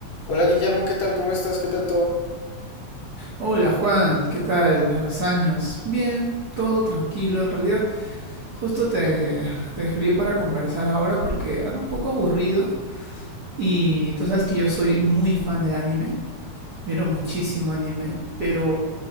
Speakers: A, on the left; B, on the right.
A: Hola Guillermo, ¿qué tal? ¿Cómo estás? ¿Qué tal todo?
B: Hola Juan, ¿qué tal? A los años. Bien, todo tranquilo. En realidad, justo te, te escribí para conversar ahora porque ando un poco aburrido y tú sabes que yo soy muy fan del anime, miro muchísimo anime, pero